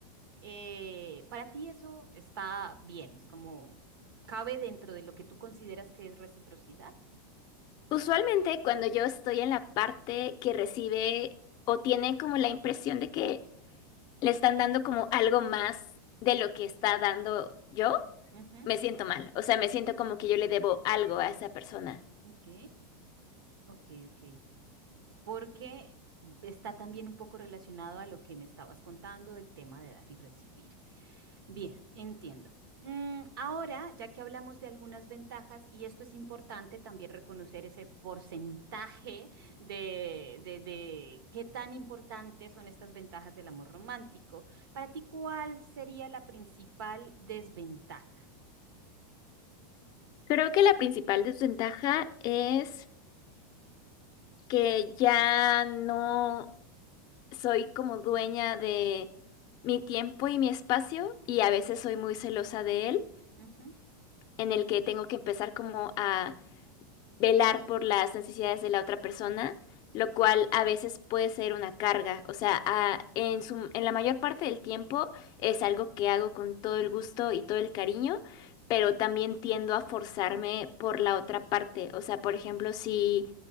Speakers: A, on the right; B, on the left.
A: Eh, para ti eso está bien, es como cabe dentro de lo que tú consideras que es reciprocidad.
B: Usualmente cuando yo estoy en la parte que recibe o tiene como la impresión de que le están dando como algo más de lo que está dando yo,
A: Ujú,
B: me siento mal. O sea, me siento como que yo le debo algo a esa persona.
A: Ok, ok, ok. Porque está también un poco relacionado a lo que me estabas contando del tema de dar y recibir. Bien, entiendo. Mm, ahora, ya que hablamos de algunas ventajas, y esto es importante también reconocer ese porcentaje de, de, de qué tan importantes son estas ventajas del amor romántico. Para ti, ¿cuál sería la principal desventaja?
B: Creo que la principal desventaja es que ya no soy como dueña de mi tiempo y mi espacio y a veces soy muy celosa de él,
A: Ujú,
B: en el que tengo que empezar como a velar por las necesidades de la otra persona,
A: ujú,
B: lo cual a veces puede ser una carga. O sea, a- en su, en la mayor parte del tiempo es algo que hago con todo el gusto y todo el cariño, pero también tiendo a forzarme por la otra parte. O sea, por ejemplo, si,